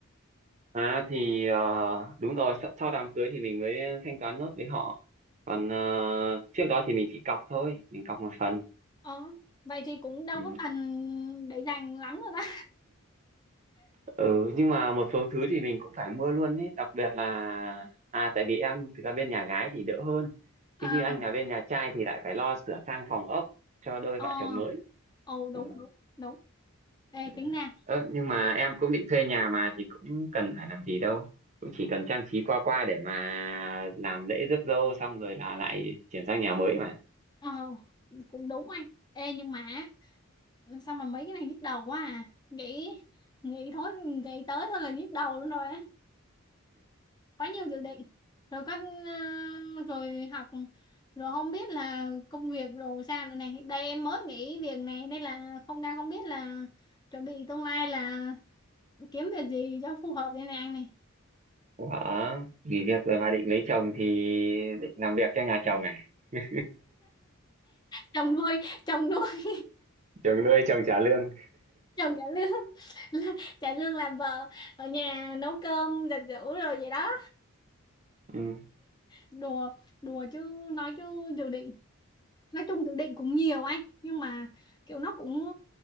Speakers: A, on the right; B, on the left.
A: à thì ờ, đúng rồi sau sau đám cưới thì mình mới thanh toán nốt với họ còn ờ, trước đó thì mình chỉ cọc thôi mình cọc một phần
B: ờ vậy thì cũng đâu
A: ừ.
B: có cần để dành lắm rồi đó
A: ừ nhưng mà một số thứ thì mình cũng phải mua luôn ấy đặc biệt là à tại vì em thực ra bên nhà gái thì đỡ hơn
B: à
A: chứ như anh là bên nhà trai thì lại phải lo sửa sang phòng ốc cho đôi
B: ờ
A: vợ chồng mới
B: ồ đúng
A: ừ.
B: đúng đúng ê
A: Ừ.
B: tính ra
A: Ơ, nhưng mà em cũng định thuê nhà mà thì cũng cần phải làm gì đâu cũng chỉ cần trang trí qua qua để mà làm lễ rước dâu xong rồi là lại chuyển sang nhà mới mà
B: ờ cũng đúng anh ê nhưng mà Ừ, sao mà mấy cái này nhức đầu quá à nghĩ nghĩ thôi nghĩ tới thôi là nhức đầu luôn rồi á quá nhiều dự định rồi các ờ, rồi học rồi không biết là công việc rồi sao nữa này đây em mới nghỉ việc này đây là không đang không biết là chuẩn bị tương lai là kiếm việc gì cho phù hợp đây này anh này
A: Ủa, nghỉ việc rồi mà định lấy chồng thì định làm việc cho nhà chồng à <laughs>
B: chồng nuôi <laughs> chồng nuôi
A: chồng nuôi chồng trả lương
B: chồng trả lương <laughs> trả lương làm vợ ở nhà nấu cơm giặt giũ rồi vậy đó
A: ừ,
B: đùa đùa chứ nói chứ dự định nói chung dự định cũng nhiều anh nhưng mà kiểu nó cũng